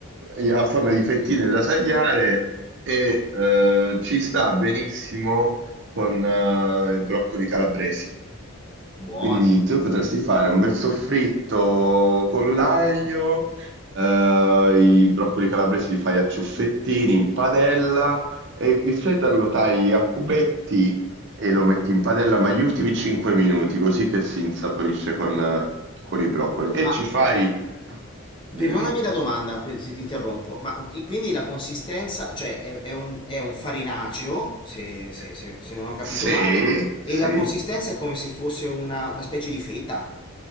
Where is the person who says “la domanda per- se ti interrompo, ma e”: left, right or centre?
Left